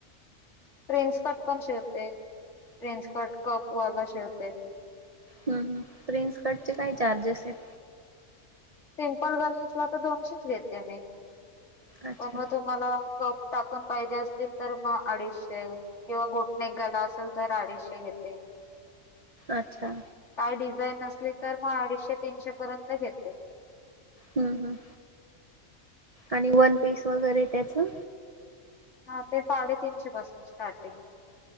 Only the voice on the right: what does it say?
ह प्रिन्सकटचे काय चार्जेस आहेत?
अच्छा
अच्छा.
हम्, हम्. आणि वन पीस वगैरे त्याचं?